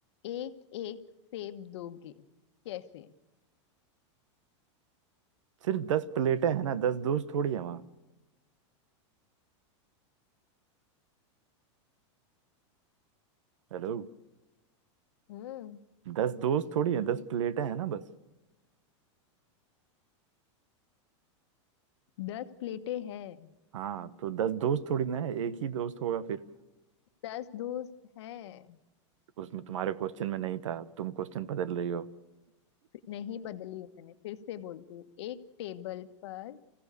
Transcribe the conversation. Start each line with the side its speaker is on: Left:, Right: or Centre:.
Left: एक एक सेब दोगे कैसे
Right: सिर्फ दस प्लेटें हैं ना दस दोस्त थोड़ी है वहाँ हेलो
Left: हम्म
Right: दस दोस्त थोड़ी है दस प्लेटें हैं ना बस
Left: दस प्लेटें हैं
Right: हाँ तो दस दोस्त थोड़ी ना है एक ही दोस्त होगा फिर
Left: दस दोस्त हैं
Right: उसमें तुम्हारे क्वेश्चन में नहीं था तुम क्वेश्चन बदल रही हो
Left: नहीं बदली हूं मैंने फिर से बोलती हूँ एक टेबल पर